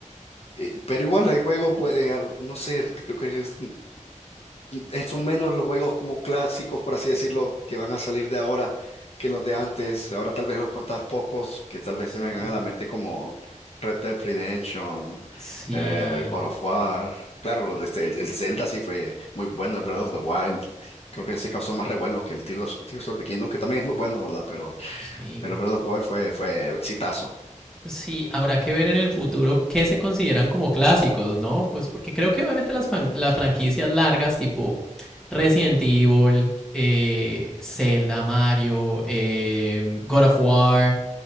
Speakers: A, on the left (about 50°); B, in the centre.
A: eh, pero igual hay juegos, pues, eh, al- no sé, creo que es- eh, son menos los juegos como clásicos, por así decirlo, que van a salir de ahora que los de antes. Ahora tal vez los contás pocos, que tal vez
B: sí.
A: se me vengan a la mente como Red Dead Redemption,
B: Sí.
A: eh, God of War. Claro, los de este- el, el Zelda sí fue muy bueno, el Breath of the Wild.
B: Sí.
A: Creo que se causó más revuelo que el Tears, of, Tears of the Kingdom, que también es muy bueno, ¿verdad? Pero,
B: Sí.
A: pero el Breath of the Wild fue, fue exitazo.
B: Sí, habrá que ver en el futuro qué se consideran como clásicos, ¿no? Pues porque creo que obviamente las, fan- las franquicias largas tipo Resident Evil, eh, Zelda, Mario, eh, God of War,